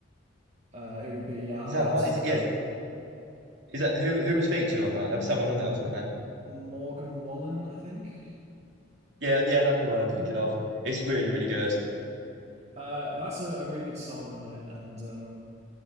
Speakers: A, on the right; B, on the right.
A: Uh, it would be yeah,
B: Is
A: I
B: that
A: had
B: the one?
A: some
B: Is
A: help.
B: yeah, is, is that who who was featured on that? There was someone on that, wasn't there?
A: Morgan Wallen, I think.
B: Yeah, yeah, that's the one I'm thinking of. It's really really good.
A: Uh, that's a, a really good song on it, and um,